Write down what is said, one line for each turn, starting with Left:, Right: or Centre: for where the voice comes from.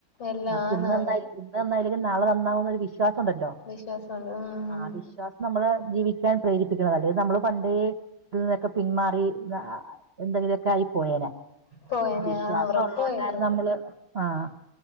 Left: എല്ലാം
Right: ആഹ്
Left: ആന്നാന്ന്
Right: പിന്നെ എന്തായി ഇന്ന് നന്നായില്ലെങ്കിലും നാളെ നന്നാവുന്നൊരു വിശ്വാസണ്ടല്ലോ ആഹ്
Left: വിശ്വാസമുണ്ട് ഉം
Right: ആ വിശ്വാസ നമ്മളെ ജീവിക്കാൻ പ്രേരിപ്പിക്കുന്നത് അല്ലെ നമ്മൾ പണ്ടേ ഇതിൽ നിന്നൊക്കെ പിന്മാറി ആ എന്തെങ്കിലുമൊക്കെ ആയി പോയേനെ
Left: പോയനെ
Right: ആ വിശ്വാസം
Left: ഉറപ്പായിട്ടും
Right: ഉള്ളോണ്ടാണ് നമ്മള് ആഹ്